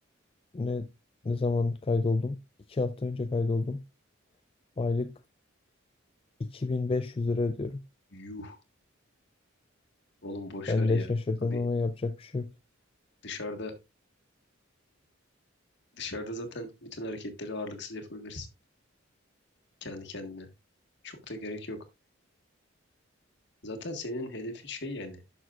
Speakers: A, on the left; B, on the left.
A: ne ne zaman kaydoldum? İki hafta önce kaydoldum. Aylık 2500 lira ödüyorum.
B: Yuh. Oğlum boş
A: Ben
B: ver ya.
A: de şaşırdım
B: Abi
A: ama yapacak bir şey yok.
B: dışarıda Dışarıda zaten bütün hareketleri ağırlıksız yapabilirsin kendi kendine. Çok da gerek yok. Zaten senin hedefin şey yani